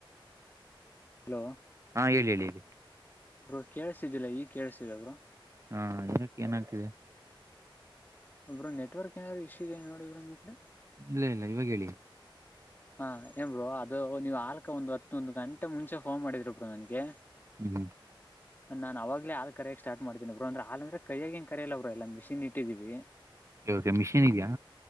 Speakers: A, on the left (about 20°); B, on the right (about 35°).
A: ಹಲೋ
B: ಹಾ ಹೇಳಿ ಹೇಳಿ ಹೇಳಿ
A: ಬ್ರೋ ಕೇಳಸಿದಿಲ್ಲ ಈ ಕೇಳಸಿದ್ರರು
B: ಹಾ ಇದಕ್ಕೆ ಏನಾಗ್ತಿದೆ
A: ಬ್ರೋ ನೆಟ್ವರ್ಕ್ ಏನಾರರು ಇಶ್ ಇದೆ ನೋಡಿ ಬ್ರೋ ನಿಮ್ ಕಡೆ
B: ಇಲ್ಲ ಇಲ್ಲ ಇವಾಗ ಹೇಳಿ
A: ಹಾ ಏನ್ರು ಅದು ನೀವು್ ಅಲ್ಕ ಒಂದು ಹತ್ತುೊಂದು ಗಂಟೆ ಮುಂಚೆ ಫೋನ್ ಮಾಡಿದ್ರರು ಬ್ರ ನನ್ಗೆ
B: <inaudible>
A: ನಾನ್ ಅವಾಗಲೇ ಹಾ ಕರಯಾಗ ಸ್ಟಾರ್ಟ ಮಾಡತೀನಿ ಬ್ರರು ಅ್ರ ಹಾ ಅಂದ್ರೆ ಕಯಾಗ ಂಗ ಕಯಲ್ಲ ಬ್ರರು ಎಲ್ಲ ಮಿಷನ್ ಇಟ್ಟಿದೀವಿ
B: ಓಕೆ ಮಿಷಿನ್ ಇದೆಯಾ